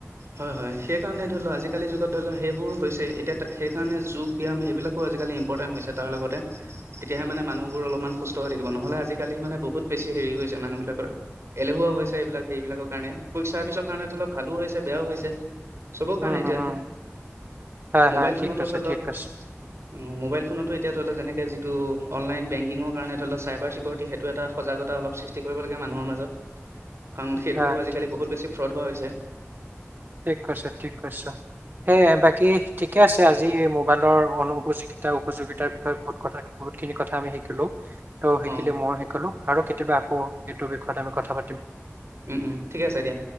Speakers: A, on the right (about 70°); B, on the right (about 45°).
A: হয় - হয় সেই কাৰণে ধৰি লও আজিকালি যুগত ধৰি লও সেইবোৰ হৈছে এতিয়া সেই কাৰণে যোগ ব্যায়াম এইবিলাকো আজিকালি ইম্পৰ্টেন্ট হৈছে তাৰ লগতে তেতিয়াহে মানে মানুহবোৰ অলপমান সুস্থ হৈ থাকিব নহ'লে আজিকালি মানে বহুত বেছি হেৰি হৈছে মানুহবিলাকৰ এলেহুৱা হৈছে এইবিলাক সেইবিলাকৰ কাৰণে পইচাৰ পিছৰ কাৰণেত অলপ। ভালো হৈছে বেয়াও হৈছে। চবৰ কাৰণে
B: হুম,
A: এতিয়া
B: হুম, হুম। হয়,
A: মোবাইল
B: হয়,
A: ফোনতো
B: ঠিক কৈছা,
A: ধৰি লও
B: ঠিক কৈছা।
A: অ মোবাইল ফোনতো এতিয়া ধৰি লও যেনেকে যিটো অনলাইন বেংকিঙৰ কাৰণে ধৰি লও চাইবাৰ চিকিউৰিটি সেইটো এটা সজাগতা অলপ সৃষ্টি কৰিব লাগে মানুহৰ মাজত। কাৰণ সেইটো
B: হয়,
A: আজিকালি
B: ঠিক
A: বহুত বেছি ফ্ৰড হোৱা হৈছে।
B: ঠিক কৈছা, ঠিক কৈছা। সেয়াই বাকী ঠিকে আছে আজি মোবাইলৰ অনুযোগিতা উপযোগিতাৰ বিষয়ে বহুত কথা বহুতখিনি কথা আমি শিকিলো। তইও শিকিলি,
A: অ',
B: মইও শিকলো। আৰু কেতিয়াবা এইটো বিষয়ত আমি কথা পাতি <unintelligible>
A: উম - উম, ঠিকে আছে দিয়া।